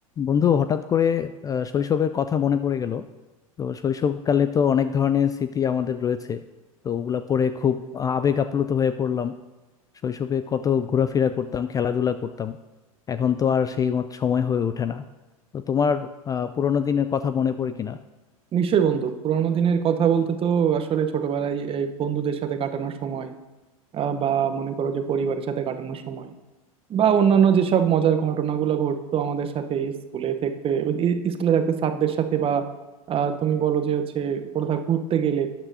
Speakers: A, on the left; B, on the right.
A: বন্ধু হঠাৎ করে আহ, শৈশবের কথা মনে পড়ে গেল তো শৈশবকালে তো অনেক ধরনের স্মৃতি আমাদের রয়েছে তো ওগুলা পড়ে খুব আবেগ আপ্লুত হয়ে পড়লাম শৈশবে কত ঘোরাফেরা করতাম খেলাধুলা করতাম এখন তো আর সেই মত সময় হয়ে ওঠে না তো তোমার আহ পুরোনো দিনের কথা মনে পড়ে কিনা
B: নিশ্চয়ই বন্ধু পুরোনো দিনের কথা বলতে তো আসলে ছোটবেলায় এই বন্ধুদের সাথে কাটানোর সময় আহ, বা মনে করো যে পরিবারের সাথে কাটানোর সময় বা অন্যান্য যেসব মজার ঘটনাগুলো ঘটতো আমাদের সাথে স্কুলে থাকতে ই- স্কুলে থাকতে স্যারদের সাথে বা আহ, তুমি বলো যে হচ্ছে কোথাও ঘুরতে গেলে